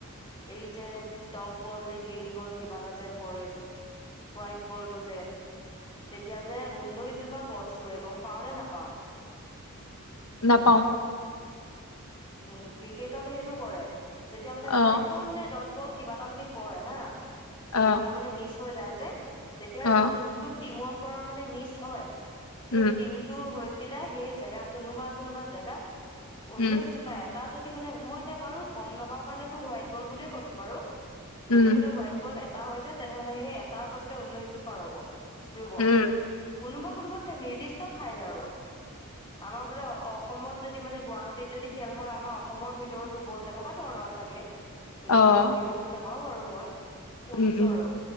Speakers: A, on the left; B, on the left.
A: এই যে ডট বল নে গ্ৰীন বল। কিবা এটা যে পৰে যে, হোৱাইট বলটো যে। তেতিয়া যে উনৈছ জোপ পা গছ ৰোৱে, গম পাওঁ নে নাপাওঁ?
B: নাপাওঁ।
A: উম, ক্ৰিকেটত সেইটো কৰে। যেতিয়া মানে হোৱাইট
B: অ
A: বল নে ডট বল কিবা এটা বুলি কয় হা। কিবা
B: অ
A: এটা মানে মিছ হৈ যায় যে, তেতিয়া
B: অ
A: যোনটোত টিমৰপৰা মানে মিছ হয়, সেই
B: উম
A: টিম টোৰ হৈ পেলাই সেই জেগা, কোনোবা কোনোবা জেগাত উনৈশ
B: উম,
A: জোপা, এটা যদি মানে মই এতিয়া বাৰু গম নাপাওঁ কাৰণে তোক হোৱাইট বল বুলিয়ে কৈছোঁ বাৰু।
B: উম,
A: যদি বোলে হোৱাইট বল এটা হৈ যায়, তেনেহ'লে সেই এটাৰ বদলে উনৈছ জোপা ৰুব। ৰুব।
B: উম,
A: কোনোবা কোনোবা ঠাই, নিৰ্দিষ্ট ঠাইত আৰু। আমাৰ বোলে অস অসমত যদি মানে গুৱাহাটীত যদি খেল হয় আমাৰ অসমৰ ভিতৰত ৰুব তেনেকুৱা ধৰণৰ চাগে। ইমান
B: অ',
A: ভালকেও গম নাপাওঁ বাৰু মই। শুনিছোঁ
B: উম, উম,
A: আৰু।